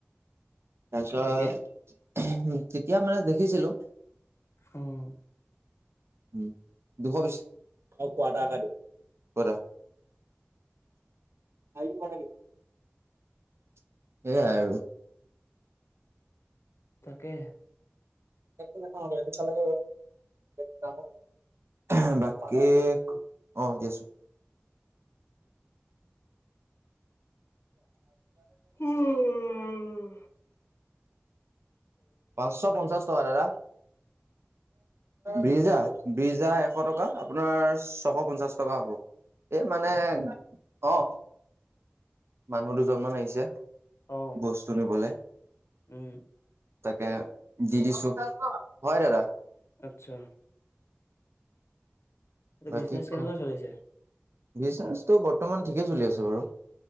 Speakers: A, on the right; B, on the left.
A: তাৰপিছত
B: তেতিয়া
A: তেতিয়া মানে দেখিছিলোঁ।
B: উম।
A: উ দুশবিশ কোৱাটাৰ এটা দিব কোৱাটা আহ মানকে <unintelligible> সেয়াই আৰু।
B: তাকে।
A: টো চালাম <unintelligible> বাকী অ', দি আছো।
B: উম।
A: পাঁচশ পঞ্চাশ টকা দাদা। বীৰ্জা বীৰ্জা এশ টকা আপোনাৰ ছশ পঞ্চাশ টকা হ'ব। এ মানে অ'। মানুহ দুজনমান আহিছে
B: অ
A: বস্তু নিবলে।
B: উম
A: তাকে দি দিছো, হয় দাদা।
B: আচ্ছা। এ
A: বাকী
B: বিজেনেচ কেনেকুৱা
A: ক
B: চলিছে।
A: বিজনেচটো বৰ্তমান ঠিকে চলি আছে বাৰু।